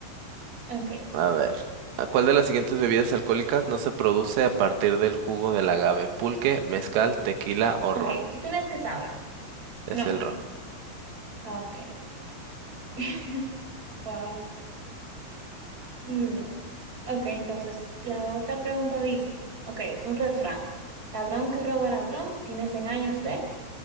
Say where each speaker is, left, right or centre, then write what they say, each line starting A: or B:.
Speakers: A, on the right; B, on the right.
A: Ok,
B: A ver, ¿a ¿cuál de las siguientes bebidas alcohólicas no se produce a partir del jugo del agave? Pulque, mezcal, tequila o
A: ay,
B: ron.
A: tú tienes que saber.
B: Es
A: No,
B: el ron.
A: ok. <laughs> Wow, muy bien. Ok, entonces la otra pregunta dice, ok, un refrán. Ladrón que roba a ladrón, tiene 100 años de